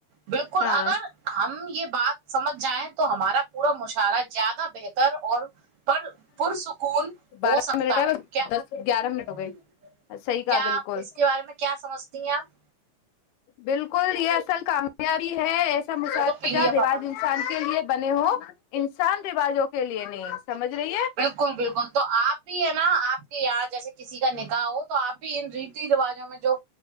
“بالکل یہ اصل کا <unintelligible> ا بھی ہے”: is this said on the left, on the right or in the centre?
Left